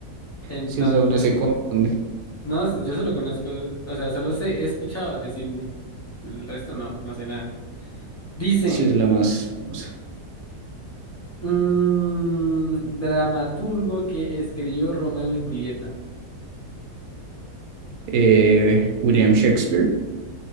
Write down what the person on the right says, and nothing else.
Si esa uno se confunde,
si es la más famosa.
Eh, William Shakespeare.